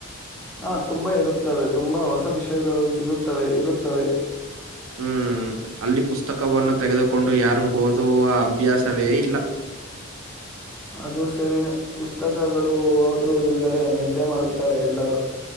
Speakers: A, in the centre; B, on the right.
A: ಹಾ ತುಂಬಾ ಇರುತ್ತದೆ ತುಂಬಾ ಹೊಸ ವಿಷಯಗಳು ಸಿಗುತ್ತವೆ ಇರುತ್ತವೆ.
B: ಹ್ಮ್. ಅಲ್ಲಿ ಪುಸ್ತಕವನ್ನು ತೆಗೆದುಕೊಂಡು ಯಾರು ಓದುವ ಅಭ್ಯಾಸವೇ ಇಲ್ಲ.
A: ಓ. ಅದು ಸರಿ ಪುಸ್ತಕಗಳು ಓದುವುದೆಂದರೆ ನಿದ್ದೆ ಮಾಡುತ್ತಾರೆ ಎಲ್ಲರೂ.